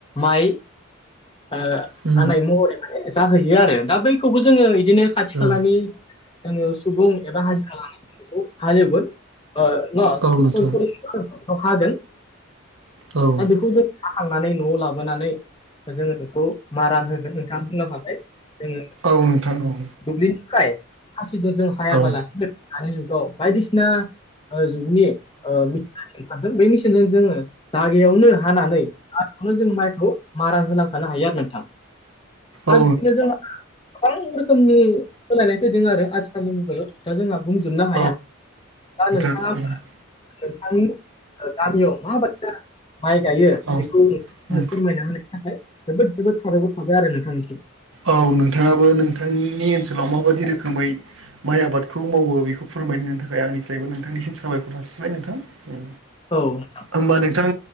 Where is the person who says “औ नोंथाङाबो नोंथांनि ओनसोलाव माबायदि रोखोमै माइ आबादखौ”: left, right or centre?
Right